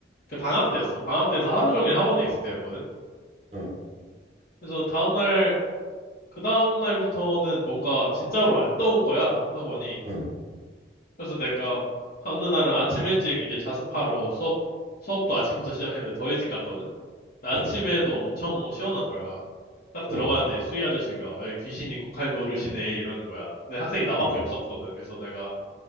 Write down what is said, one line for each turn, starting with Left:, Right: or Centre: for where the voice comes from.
Left: 그 방학 때였어. 방학 때에서 하루 종일 학원에 있을 때였거든?
Right: 응,
Left: 그래서 다음날 그 다음 날부터는 뭔가 진짜로 안 더운 거야, 학원이.
Right: 응,
Left: 그래서 내가 어느 날은 아침 일찍 이제 자습하러 수업, 수업도 아침부터 시작했는데 더 일찍 갔거든? 아침에도
Right: 응,
Left: 엄청 시원한 거야. 딱 들어가는데
Right: 응, 응,
Left: 수희 아저씨가 "아이, 귀신이 고칼 노릇이네 이러는 거야. 근데 학생이 나밖에
Right: 응,
Left: 없었거든. 그래서 내가